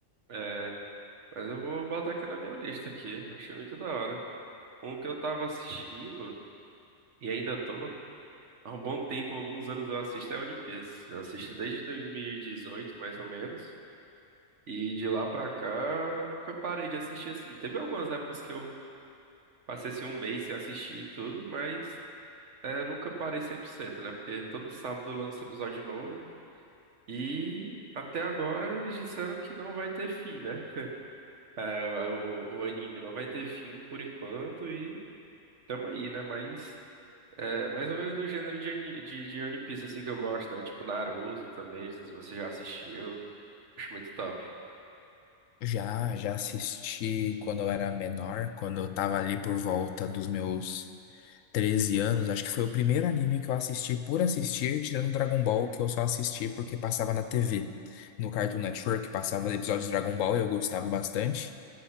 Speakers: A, on the right; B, on the left.
A: é, Mas eu vou botar aqui na minha lista aqui. Eu Achei muito da hora. Um que eu tava assistindo e ainda tô. Há um bom tempo, alguns anos eu assisto é One Piece. Eu assisto desde 2018, mais ou menos. E de lá pra cá, nunca parei de assistir assim. Teve algumas épocas que eu passei assim um mês sem assistir e tudo, mas é, nunca parei 100%, né? Porque todo sábado lança episódio novo. E até agora eles disseram que não vai ter fim, né? É, é, O, o anime não vai ter fim por enquanto e. Tamo aí, né? Mas é mais ou menos do gênero de, ani- de, de One Piece, assim, que eu gosto, né? Tipo Naruto também, não sei se você já assistiu. Acho muito top.
B: Já, já assisti quando eu era menor, quando eu tava ali por volta dos meus 13 anos. Acho que foi o primeiro anime que eu assisti por assistir, tirando Dragon Ball, que eu só assisti porque passava na TV. No Cartoon Network passava episódios de Dragon Ball e eu gostava bastante.